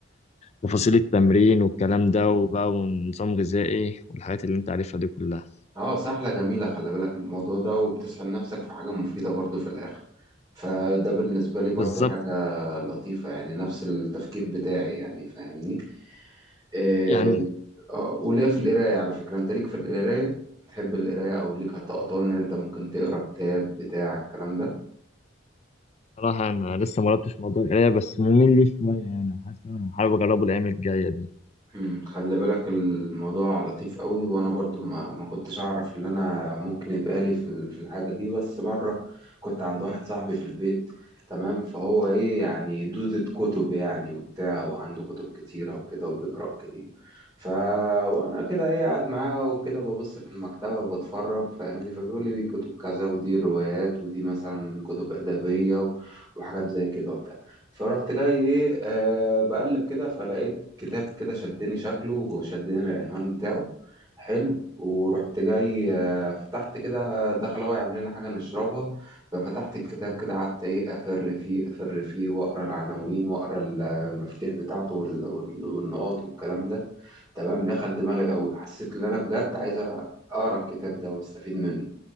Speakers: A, on the right; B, on the left.
A: مم.
B: تفاصيل التمرين والكلام ده وبقى ونظام غذائي والحاجات اللي انت عارفها دي كلها
A: اه سحلة جميلة خلي بالك الموضوع ده وبتسحل نفسك في حاجة مفيدة برضو في الآخر فده بالنسبة لي برضو
B: بالظبط
A: حاجة لطيفة يعني نفس التفكير بتاعي يعني فاهمني إيه
B: يعني
A: آه، وليا في القراية على فكرة انت ليك في القراية تحب القراية او ليك هتقطان ان انت ممكن تقرا كتاب بتاع الكلام ده
B: صراحة أنا لسه ما جربتش موضوع القراية بس ممل لي شوية يعني حاسس إن أنا حابب أجربه الأيام الجاية دي
A: مم، خلي بالك الموضوع لطيف قوي وانا برضو ما, ما كنتش اعرف ان انا ممكن يبقى لي في ال- في الحاجه دي بس مره كنت عند واحد صاحبي في البيت تمام فهو ايه يعني دودة كتب يعني وبتاع وعنده كتب كتيره وكده وبيقرا كتير ف وانا كده ايه قاعد معاه وكده ببص في المكتبه بتفرج فاهمني فبيقول لي دي كتب كذا ودي روايات ودي مثلا كتب ادبيه و- وحاجات زي كده وبتاع فرحت جاي ايه آه بقلب كده فلقيت كتاب كده شدني شكله وشدني العنوان بتاعه حلو ورحت جاي آه، فتحت كده دخل هو يعمل لنا حاجة نشربها ففتحت الكتاب كده قعدت ايه أفر فيه أفر فيه وأقرأ العناوين وأقرأ المفاتيح بتاعته وال- وال- والنقاط والكلام ده تمام دخل دماغي أوي حسيت إن أنا بجد عايز أقرأ الكتاب ده وأستفيد منه